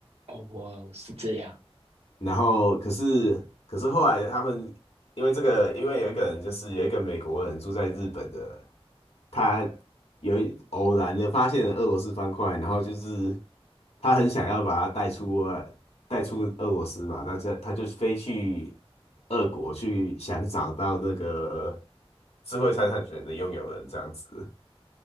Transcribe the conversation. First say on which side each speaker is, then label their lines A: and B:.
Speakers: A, on the right (about 85°); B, on the left (about 80°).
A: 哦，我是这样
B: 然后可是可是后来他们因为这个，因为有一个人就是有一个美国人住在日本的，他有一偶然的发现了俄罗斯方块，然后就是他很想要把它带出俄带出俄罗斯嘛，那这他就飞去俄国去想找到那个智慧财产权的拥有人这样子。